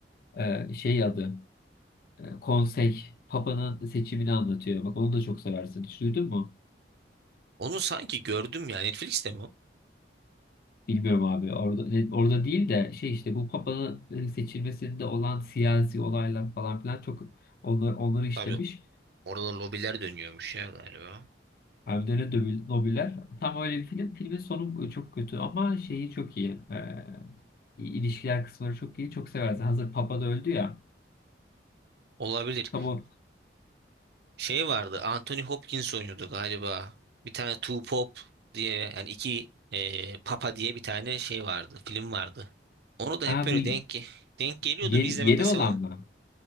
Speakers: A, on the left; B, on the right.
A: Ee, şey adı e, Konsey Papa'nın seçimini anlatıyor. Bak onu da çok seversin. Hiç duydun mu?
B: Onu sanki gördüm ya Netflix'te mi o?
A: Bilmiyorum abi. Orada he- orada değil de şey işte bu papanın e, seçilmesinde olan siyasi olaylar falan filan çok onlar onları işlemiş.
B: Tabii orada lobiler dönüyormuş ya galiba.
A: Hem de öyle dövül- Nobiller. Tam öyle bir film. Filmin sonu e, çok kötü ama şeyi çok iyi. Ee, ilişkiler kısımları çok iyi. Çok seversin. Hazır papa da öldü ya.
B: Olabilir.
A: Tam o
B: Şey vardı. Anthony Hopkins oynuyordu galiba. Bir tane Two Pop diye yani iki e, Papa diye bir tane şey vardı. Film vardı. Onu da hep
A: ha
B: böyle
A: bu
B: denk denk geliyordu.
A: yeni,
B: Bir izlemek
A: yeni
B: nasip
A: olan
B: ama.
A: mı?